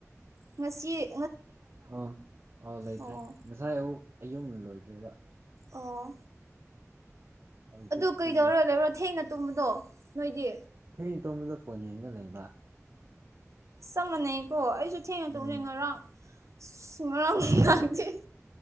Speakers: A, on the right; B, on the right.
A: ꯃꯁꯤꯁꯤ
B: ꯑꯥ ꯑꯥꯎ ꯂꯩꯇ꯭ꯔꯦ
A: ꯑꯣ
B: ꯉꯁꯥꯏ ꯑꯨꯛ ꯑꯌꯨꯛ ꯂꯣꯏꯈ꯭ꯔꯦꯕ
A: ꯑꯣ
B: ꯍꯧꯖꯤꯛꯇꯤ
A: ꯑꯗꯨ ꯀꯩꯗꯧꯔꯣ ꯂꯩꯔꯣ ꯊꯦꯡꯅ ꯇꯨꯝꯕꯗꯣ ꯅꯣꯏꯗꯤ
B: ꯆꯅꯤꯡ ꯇꯣꯝꯕꯗ ꯐꯣꯟ ꯌꯦꯡꯒ ꯂꯩꯕ
A: ꯆꯞ ꯃꯥꯟꯅꯩꯀꯣ ꯑꯩꯁꯨ ꯊꯦꯡꯅ ꯇꯧꯅꯦꯩ
B: ꯎꯝ
A: ꯉꯔꯥꯡ ꯑ ꯉꯔꯥꯡ ꯉꯗꯦ